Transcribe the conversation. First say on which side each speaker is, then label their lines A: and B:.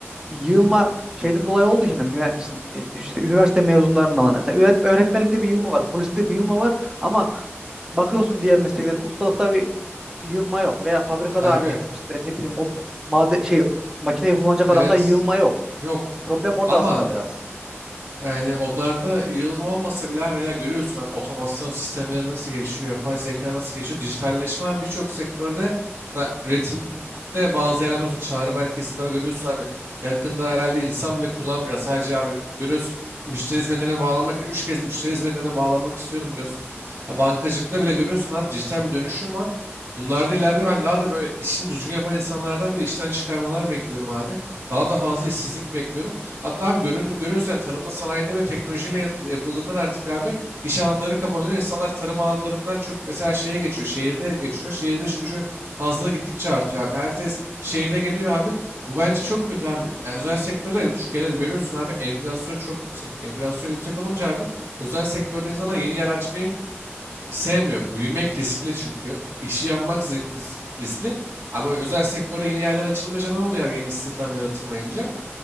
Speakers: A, on the right; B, on the right.
A: yığılma şeyden dolayı olduğu için hani mühe- işte, e, işte üniversite mezunlarının alanı. Mesela öğret- öğretmenlikte bir yığılma var, poliste bir yığılma var. Ama bakıyorsun diğer mesleklere ustalıkta bir yığılma yok. Veya fabrikada
B: Abi
A: hani işte ne bileyim o malze şey makineyi kullanacak
B: evet
A: adamda yığılma yok.
B: yok
A: Problem orada
B: ama
A: aslında biraz.
B: Yani onlarda yığılma olmasa bile abi mesela görüyorsun abi otomasyon sistemleri nasıl gelişiyor, yapay zeka nasıl gelişiyor, dijitalleşme abi birçok sektörde ta- üretimde bazı yerlerde olsun çağrı merkezinde görüyorsun abi yakında herhalde insan bile kullanmayacak. Sadece abi görüyorsun müşteri hizmetlerine bağlanmak için 3 kez müşteri hizmetlerine bağlanmak istiyorum diyorsun. Ha, Bankacılıkta bile görüyorsun abi dijital bir dönüşüm var. Bunlarda ileride ben daha da böyle işini düzgün yapan insanlardan bile işten çıkarmalar bekliyorum abi. Daha da fazla işsizlik bekliyorum. Hatta abi görün, görüyorsun ya tarımda sanayide bile teknolojiyle ya- yapıldığından artık abi iş alanları kapanıyor. İnsanlar tarım alanlarından çok mesela şeye geçiyor. Şehirde geçiyor. Şehirde iş gücü fazla gittikçe artıyor abi. Herkes şehire geliyor abi. Bu bence çok kötü abi. Yani özel sektörde Türkiye'de bir görüyorsun abi enflasyon çok yüksek. Enflasyon yüksek olunca abi özel sektörde insanlar yeni yer açmayı sevmiyor. Büyümek riskli çünkü. İşi yapmak zi- z- riskli. Ama özel sektörde yeni yerler açılmayınca ne oluyor abi yeni istihdam yaratılmayınca?